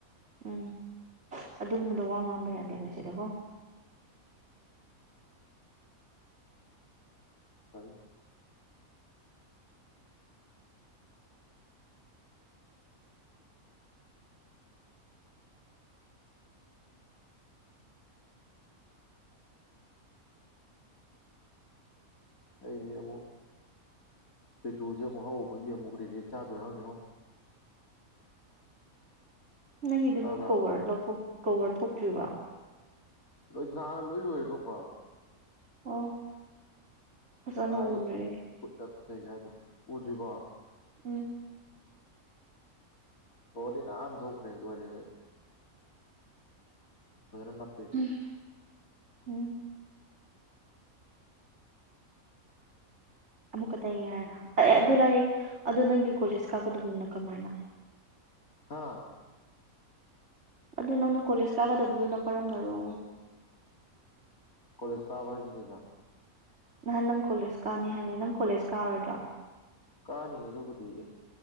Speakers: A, on the right; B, on the left.
A: ꯎꯝ ꯑꯗꯨꯒꯨꯝꯕꯗꯣ ꯋꯥ ꯉꯥꯡꯕ ꯌꯥꯗꯦꯕ ꯁꯤꯗꯀꯣ
B: ꯁꯔꯤ ꯑꯩꯁꯦ ꯑꯃꯨꯛ ꯇꯦꯇꯨꯁꯦ ꯑꯃꯨꯛ ꯍꯧꯕꯒꯤ ꯑꯃꯨꯛ ꯎꯔꯦꯒꯦ ꯆꯥꯗ꯭ꯔꯥ ꯍꯪꯅꯤꯉꯣ
A: ꯅꯪꯒꯤꯗꯨꯕꯨꯛ
B: ꯇꯥꯕ꯭ꯔꯥ
A: ꯀꯣꯔ ꯂꯧꯊꯣꯛꯄꯤ ꯀꯣꯕꯔ ꯊꯣꯛꯇ꯭ꯔꯤꯕ꯭ꯔ
B: ꯂꯣꯏ ꯅꯍꯥꯟꯅ ꯂꯣꯏ ꯂꯣꯏꯔꯦ ꯊꯣꯛꯄ
A: ꯑꯣ ꯐꯖꯅ
B: ꯅꯥꯏ
A: ꯎꯗ꯭ꯔꯦ
B: ꯈꯨ ꯈꯨꯠ ꯆꯩ ꯀꯥꯏꯗꯣ ꯎꯗ꯭ꯔꯤꯕ
A: ꯎꯝ
B: ꯍ ꯋꯥꯔꯤꯗꯤꯅ ꯑꯅ ꯊꯣꯛꯧꯛ ꯔꯂ ꯑꯔꯦ ꯄꯅ ꯑꯄꯦ
A: ꯎꯝ ꯎꯝ ꯑꯃꯨꯛ ꯈꯛꯇ ꯍꯥꯏꯔ ꯑꯦ ꯑꯗꯨ ꯂꯥꯛꯑꯦ ꯑꯗꯨꯗ ꯅꯪꯒꯤ ꯀꯣ ꯂꯤꯁ ꯀꯥꯀꯗꯕꯅ ꯀꯃꯥꯏꯅ
B: ꯍꯥꯥ
A: ꯑꯗꯨ ꯅꯪꯅ ꯀꯣꯂꯦꯖ ꯀꯥꯒꯗꯕꯗꯨꯅ ꯀꯔꯝꯅꯔꯣ
B: ꯀꯣꯂꯦꯖ ꯀꯥꯕ ꯍꯥꯏꯁꯤꯦ ꯀꯩꯕ
A: ꯅꯍꯥꯟ ꯅꯪ ꯀꯣꯂꯦꯖ ꯀꯥꯅꯤ ꯍꯥꯏꯅꯤ ꯅꯪ ꯀꯣꯂꯦꯖ ꯀꯥꯔꯣꯏꯗ꯭ꯔꯣ
B: ꯀꯥꯅꯤ ꯑꯗꯨꯕꯨꯗꯤ ꯑ